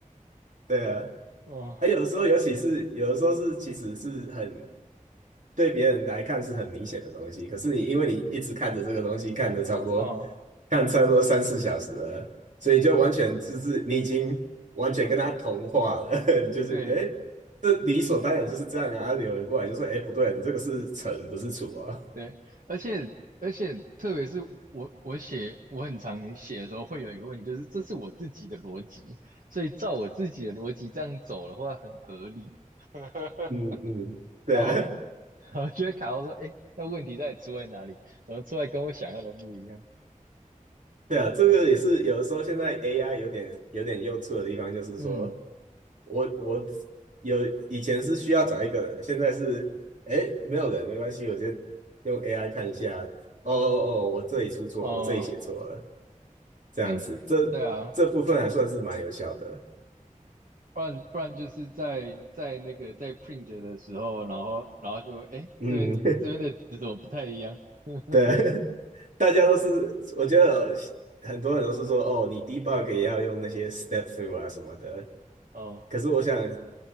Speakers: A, on the right; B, on the right.
A: 对啊，
B: 哦
A: 还有的时候，尤其是有的时候是其实是很对别人来看是很明显的东西，可是你因为你一直看着这个东西，看的差不多，
B: 哦，
A: 看差不多三四小时了，所以就完全就是你已经完全跟他同化了，<laughs> 就是哎，
B: 对。
A: 这理所当然就是这样啊。有人过来就说，哎，不对啊，你这个是乘不是除啊。
B: 对，而且而且，特别是我我写我很常写的时候，会有一个问题，就是这是我自己的逻辑，所以照我自己的逻辑这样走的话很合理 <laughs>。
A: 嗯嗯，对啊，
B: 然后然后就会卡到说，哎，那问题到底出在哪里？怎么出来跟我想要的不一样？
A: <laughs> 对啊，这个也是有的时候现在 AI 有点有点用处的地方，就是说。
B: 嗯，
A: 我我有以前是需要找一个人，现在是哎没有人没关系，我先用 AI 看一下。哦哦哦，我这里出错，
B: 呃，
A: 我这里写错了，这样子，
B: 像对啊，
A: 这这部分还算是蛮有效的。
B: 不然不然就是在在那个在 print 的时候，然后然后就哎这边这边的值怎么不太一样？
A: 嗯，<laughs>
B: <laughs>
A: 对，<laughs> 大家都是，我觉得很多人都是说哦，你 debug 也要用那些 step through 啊什么的。
B: 哦，
A: 可是我想